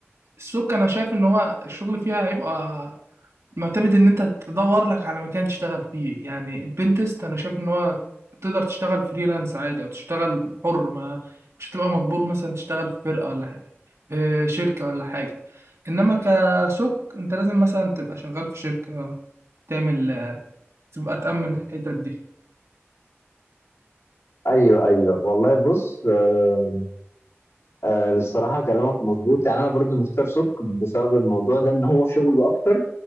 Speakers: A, on the right; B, on the left.
A: السوق انا شايف ان هو الشغل فيها هيبقى معتمد ان انت تدور لك على مكان تشتغل فيه يعني البنتست انا شايف ان هو تقدر تشتغل فريلانس عادي او تشتغل حر ما مش هتبقى مجبور مثلا تشتغل في فرقة ولا حاجة في شركة ولا حاجة انما كسوك انت لازم مثلا تبقى شغال في شركة تعمل تبقى تأمن الحتت دي
B: ايوه ايوه والله بص آه آه الصراحه كلامك مظبوط يعني انا برضو مختار سك بسبب الموضوع ده ان هو شغله اكتر